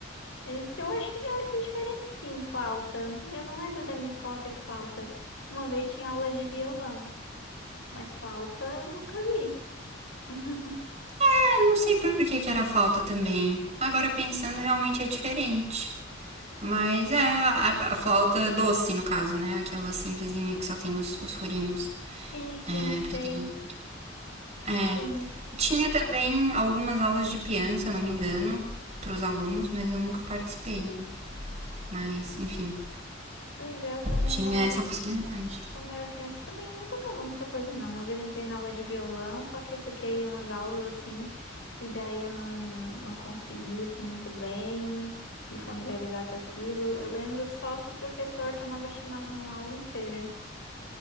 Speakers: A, on the left (about 65°); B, on the right (about 35°).
A: Mas eu acho, eu achei diferente, sim, flauta. Eu não lembro da minha escola ter flauta. Uma vez tinha aula de violão, mas flauta eu nunca vi. <laughs>
B: É, não sei por que, que era flauta também. Agora pensando, realmente é diferente. Mas é a, a a flauta doce, no caso, né? Aquela simplesinha que só tem os, os furinhos.
A: Sim, sim,
B: É,
A: sei.
B: porque tem. É,
A: Sim.
B: Tinha também algumas aulas de piano, se eu não me engano, para os alunos, mas eu nunca participei. Mas, enfim,
A: Pois é, eu também,
B: tinha
A: quando era
B: essa possibilidade.
A: Quando eu era criança também eu não tocava muita coisa, não. Uma vez eu entrei na aula de violão, só que eu fiquei umas aulas assim, e daí eu não, não consegui assim muito bem me familiarizar com aquilo. Eu lembro só que o professor tomava chimarrão a aula inteira.